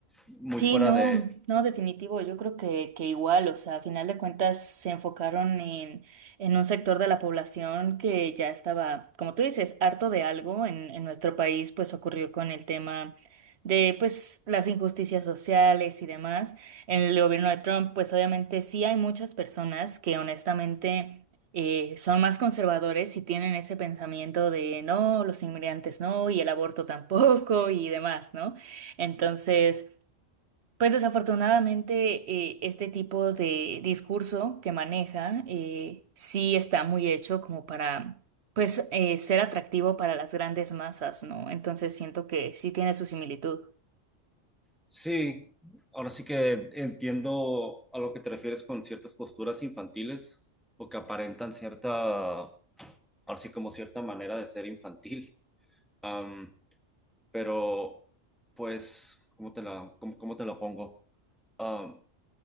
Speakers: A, in the centre; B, on the right.
A: muy
B: Sí,
A: fuera
B: no,
A: de,
B: no, definitivo. Yo creo que, que igual, o sea, a final de cuentas se enfocaron en, en un sector de la población que ya estaba, como tú dices, harto de algo. En, en nuestro país, pues ocurrió con el tema de, pues, las injusticias sociales y demás. En el gobierno de Trump, pues obviamente sí hay muchas personas que honestamente eh, son más conservadores y tienen ese pensamiento de, no, los inmigrantes no, y el aborto tampoco y demás, ¿no? Entonces... Pues desafortunadamente eh, este tipo de discurso que maneja eh, sí está muy hecho como para pues eh, ser atractivo para las grandes masas, ¿no? Entonces siento que sí tiene su similitud.
A: Sí, ahora sí que entiendo a lo que te refieres con ciertas posturas infantiles porque aparentan cierta, ahora sí como cierta manera de ser infantil. Am, pero, pues, ¿cómo te la, cómo, cómo te la pongo? Am,